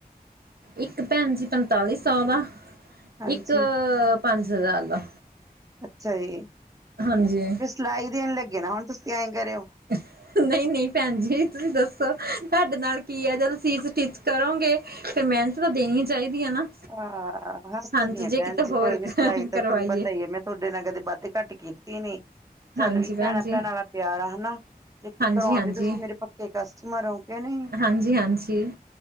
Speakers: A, on the right; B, on the right.
A: ਇਕ ਭੈਨ ਜੀ ਪੰਤਾਲੀ ਸੌ ਦਾ,
B: ਹਾਂਜੀ
A: ਇਕ, ਪੰਜ ਹਜ਼ਾਰ ਦਾ।
B: ਅੱਛਾ ਜੀ।
A: ਹਾਂਜੀ।
B: ਫੇ ਸਲਾਈ ਦੇਣ ਲੱਗੇ ਨਾ ਹੁਨ ਤੁਸੀਂ ਐਏਂ ਕਰੇਓ।
A: <inaudible> ਨਈ-ਨਈ ਭੈਣ ਜੀ ਤੁਸੀਂ ਦੱਸੋ ਧਾਡੇ ਨਾਲ ਕੀ ਐ ਜਦ ਤੁਸੀਂ ਸਟੀਚ ਕਰੋਗੇ ਫੈ ਮੈਨਤ ਤਾਂ ਦੇਣੀ ਚਾਈਦੀ ਏ ਨਾ।
B: ਆ ਹੱਸਦੀ
A: ਹਾਂਜੀ
B: ਆਂ
A: ਜੇ
B: ਭੈਣ
A: ਕਿਤੇ
B: ਜੀ
A: ਹੋਰ
B: ਕੋਈ ਨੀ ਸਿਲਾਈ ਤਾਂ
A: ਕਰਵਾਈਏ
B: ਤੈਨੂੰ ਪਤਾ ਈ ਏ ਮੈਂ ਟੋਡੇ ਨਾਲ ਕਦੇ ਵੱਧ-ਘੱਟ ਕੀਤੀ ਨੀ ਚੱਲ
A: ਹਾਂਜੀ
B: ਵੀ
A: ਭੈਣ
B: ਭੈਣਾਂ-ਭੈਣਾਂ
A: ਜੀ
B: ਵਾਲਾ ਪਿਆਰ ਆ ਹਨਾ। ਜੇ ਕੇ
A: ਹਾਂਜੀ-ਹਾਂਜੀ
B: ਕਰਾਉਦੇ ਤੁਸੀਂ ਮੇਰੇ ਪੱਕੇ ਕਸਟਮਰ ਓ, ਕੇ ਨਈ।
A: ਹਾਂਜੀ-ਹਾਂਜੀ ਹਾਂਜੀ